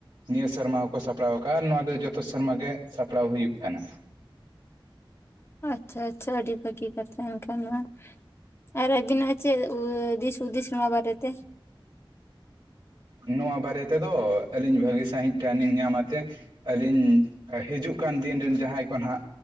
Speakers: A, on the right; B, on the left.
A: ᱱᱤᱭᱟᱹ ᱥᱮᱨᱢᱟ ᱦᱚᱸᱠᱚ ᱥᱟᱯᱲᱟᱣ ᱟᱠᱟᱜ-ᱟ ᱟᱨ ᱱᱚᱣᱟ ᱫᱚ ᱡᱚᱛᱚ ᱥᱮᱨᱢᱟ ᱜᱮ ᱥᱟᱯᱲᱟᱣ ᱦᱩᱭᱩᱜ ᱠᱟᱱᱟ
B: ᱟᱪᱪᱷᱟ ᱟᱪᱪᱷᱟ ᱟᱹᱰᱤ ᱵᱷᱟᱹᱜᱤ ᱠᱟᱛᱷᱟ ᱮᱱᱠᱷᱟᱱ ᱢᱟ ᱾ ᱟᱨ ᱟᱹᱵᱤᱱᱟᱜ ᱪᱮᱫ ᱫᱤᱥ ᱦᱩᱫᱤᱥ ᱱᱚᱣᱟ ᱵᱟᱨᱮ ᱛᱮ
A: ᱱᱚᱣᱟ ᱵᱟᱨᱮ ᱛᱮᱫᱚ ᱟᱹᱞᱤᱧ ᱵᱷᱟᱹᱜᱤ ᱥᱟᱹᱦᱤᱡ ᱴᱨᱮᱱᱤᱝ ᱧᱟᱢ ᱟᱛᱮ ᱟᱹᱞᱤᱧ ᱦᱤᱡᱩᱜ ᱠᱟᱱ ᱫᱤᱱ ᱨᱮᱱ ᱡᱟᱦᱟᱸᱭ ᱠᱚ ᱱᱟᱦᱟᱜ